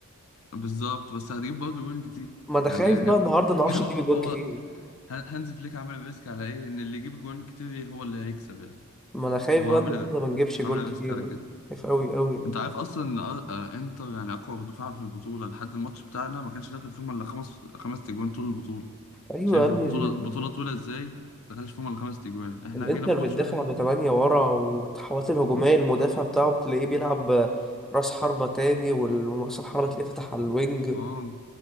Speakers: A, on the left; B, in the centre.
A: بالظبط بس هتجيب برضه جوان كتير
B: ما أنا
A: يعني
B: خايف بقى
A: هو
B: النهاردة ما نعرفش
A: <laughs> هو
B: نجيب جوان
A: هو
B: كتير
A: ه- هانز فليك عامل ريسك على ايه ان اللي يجيب جوان كتير هو اللي هيكسب يعني
B: ما انا خايف
A: هو
B: بقى
A: عامل
B: النهارده ما نجيبش جول
A: عامل
B: كتير
A: ريسك على كده
B: خايف قوي قوي
A: انت عارف اصلا ان أ- آه، انتر يعني اقوى دفاع في البطوله لحد الماتش بتاعنا ما كانش دخل فيهم الا خمس خمس تجوان طول البطوله
B: ايوه
A: شايف
B: يا ابني
A: البطوله
B: ال-
A: البطوله طويله ازاي ما دخلش فيهم الا خمس تجوان احنا
B: الانتر
A: جينا في
B: بتدافع
A: ماتش واحد
B: بتمانية ورا والتحولات الهجوميه
A: اه
B: المدافع بتاعه تلاقيه بيلعب راس حربة تاني وال- وراس الحربة تلاقيه فتح على الوينج
A: آه.